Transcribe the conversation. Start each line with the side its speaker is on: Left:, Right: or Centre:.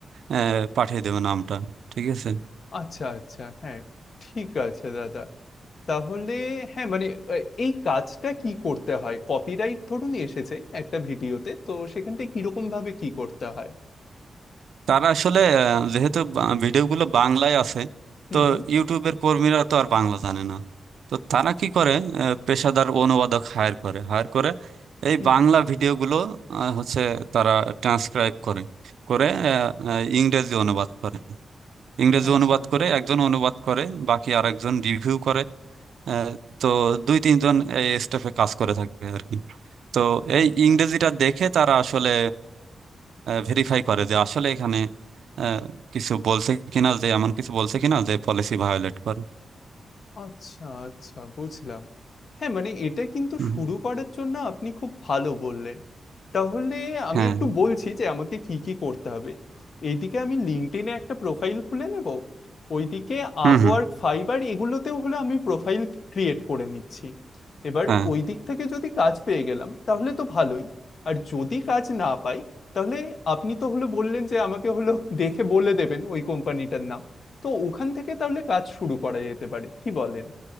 Right: আহ, পাঠিয়ে দেবো নামটা ঠিক আছে
Left: আচ্ছা আচ্ছা হ্যাঁ ঠিক আছে দাদা তাহলে হ্যাঁ মানে আহ, এই কাজটা কি করতে হয় কপিরাইট ধরুন এসেছে একটা ভিডিওতে তো সেখানটায় কিরকম ভাবে কি করতে হয়
Right: তারা আসলে আহ, যেহেতু বা- ভিডিওগুলো বাংলায় আছে
Left: হুম
Right: তো
Left: হুম
Right: ইউটিউবের কর্মীরা তো আর বাংলা জানে না তো তারা কি করে আহ, পেশাদার অনুবাদক হায়ার করে হায়ার করে এই
Left: হুম
Right: বাংলা ভিডিওগুলো আহ, হচ্ছে তারা ট্রান্সক্রাইব করে করে আহ, আহ, ইংরেজি অনুবাদ করে ইংরেজি
Left: আচ্ছা
Right: অনুবাদ করে একজন অনুবাদ করে বাকি আরেকজন রিভিউ করে আহ, তো দুই তিনজন এই স্টাফে কাজ করে থাকে আর কি তো এই
Left: আচ্ছা
Right: ইংরেজিটা দেখে তারা আসলে ভেরিফাই করে যে আসলে এখানে আহ, কিছু বলছে কিনা যে এমন কিছু বলছে কিনা যে পলিসি ভায়োলেট করে
Left: আচ্ছা আচ্ছা বুঝলাম হ্যাঁ মানে এটা কিন্তু
Right: হুম,
Left: শুরু করার জন্য আপনি খুব ভালো বললেন তাহলে আমি
Right: হ্যাঁ
Left: একটু বলছি যে আমাকে কি কি করতে হবে এইদিকে আমি লিঙ্কডইনে একটা প্রোফাইল খুলে নেব ওইদিকে
Right: হুম
Left: আপওয়ার্ক
Right: হুম
Left: ফাইবার এগুলোতেও হলে আমি প্রোফাইল ক্রিয়েট করে নিচ্ছি এবার
Right: হ্যাঁ
Left: ওই দিক থেকে যদি কাজ পেয়ে গেলাম তাহলে তো ভালোই আর যদি কাজ না পাই তাহলে আপনি তো হলো বললেন যে আমাকে হলো দেখে বলে দেবেন ওই কোম্পানিটার নাম তো ওখান থেকে তাহলে কাজ শুরু করা যেতে পারে কি বলেন